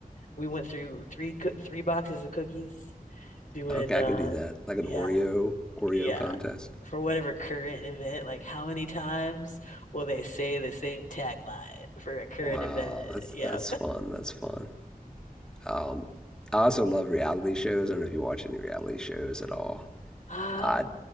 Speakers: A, on the left; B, in the centre.
A: We went through three coo- three boxes of cookies. Doing
B: Okay,
A: uh,
B: I can do that. Like an
A: yeah,
B: Oreo Oreo
A: yeah.
B: contest.
A: for whatever current event, like how many times will they say the same tagline for a current
B: Wow,
A: event?
B: that's
A: Yeah.
B: that's fun. That's fun. Um, I also love reality shows. I don't know if you watch any reality shows at all.
A: Um,
B: I